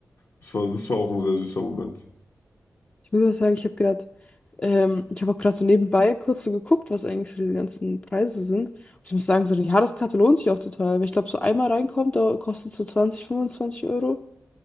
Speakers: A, on the left (about 65°); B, on the left (about 25°).
A: das war, das war auch ein sehr süßer Moment.
B: Ich muss auch sagen, ich habe gerade, ähm, ich habe auch gerade so nebenbei kurz so geguckt, was eigentlich so diese ganzen Preise sind. Und ich muss sagen, so eine Jahreskarte lohnt sich auch total, weil ich glaube, so einmal reinkommt, da kostet so 20 25 Euro.